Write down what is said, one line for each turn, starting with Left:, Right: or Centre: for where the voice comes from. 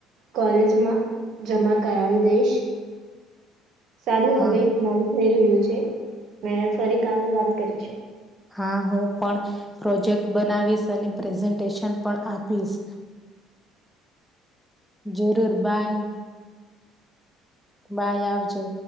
Right: કોલેજમાં જમા કરાવી દઈશ સારું
Centre: હા
Right: હવે મળ થઈ રહ્યું છે મે ફરી કાલે વાત કરીશું
Centre: હા હું પણ પ્રોજેક્ટ બનાવીશ અને પ્રેઝન્ટેશન પણ આપીશ જરૂર બાય બાય આવજો